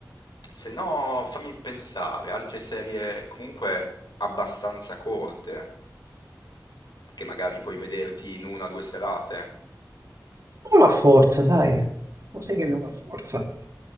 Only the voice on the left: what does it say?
Se no, fammi pensare, altre serie comunque abbastanza corte. che magari puoi vederti in una o due serate,